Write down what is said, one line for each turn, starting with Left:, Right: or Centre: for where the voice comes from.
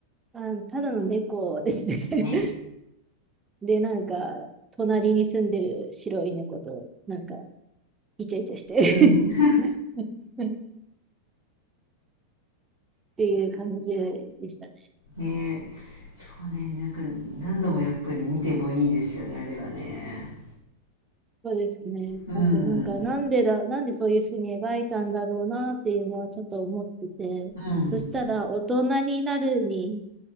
Right: あ、ただの猫ですね。<laughs>
Left: ね
Right: で、なんか、隣に住んでる白い猫と、なんか、イチャイチャして
Left: うん。ね
Right: <laughs> っていう感じでしたね。
Left: え。そうね、なんか何度もやっぱり見てもいいですよね、あれはね。
Right: そうですね。
Left: うん、
Right: あと、なんか、なんでだ、なんでそういうふうに描いたんだろうなっていうのはちょっと思ってて、
Left: うん、
Right: そしたら、大人になるに